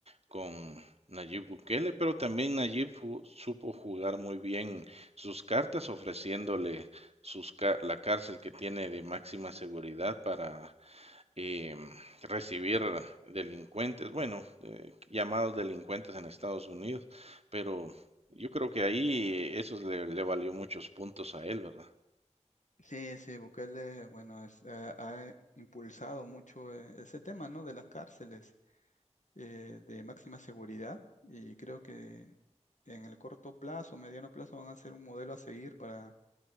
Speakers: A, on the right; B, on the left.
A: con Nayib Bukele, pero también Nayib fu- supo jugar muy bien sus cartas, ofreciéndole sus ca- la cárcel que tiene de máxima seguridad para em, recibir delincuentes, bueno, eh, llamados delincuentes en Estados Unidos, pero yo creo que ahí eso le le valió muchos puntos a él, ¿verdad?
B: Sí, sí, Bukele, bueno, es- ha, ha impulsado mucho eh, ese tema, ¿no? De las cárceles eh, de máxima seguridad y creo que en el corto plazo, mediano plazo, van a ser un modelo a seguir para,